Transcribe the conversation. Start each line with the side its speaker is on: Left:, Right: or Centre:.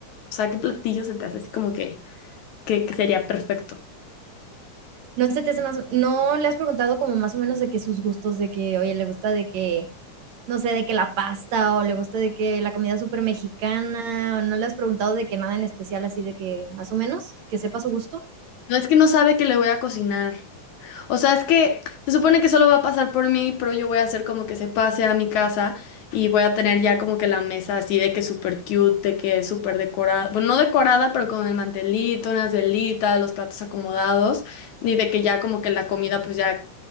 Left: o sea, qué platillo se te hace así como que, que, que sería perfecto?
Right: ¿No se te hace más no le has preguntado como más o menos de que sus gustos, de que, oye, le gusta de que, no sé, de que la pasta o le gusta de que la comida supermexicana, ¿no le has preguntado de que nada en especial así de que más o menos, que sepa su gusto?
Left: No es que no sabe que le voy a cocinar.
Right: Su capital
Left: O sea, es que
Right: es São Luís.
Left: se supone que solo va a pasar por mí, pero yo voy a hacer como que se pase a mi casa y voy a tener ya como que la mesa así de que súper cute, de que súper decorada. Bueno, no decorada, pero con el mantelito, unas velitas, los platos acomodados y de que ya como que la comida pues ya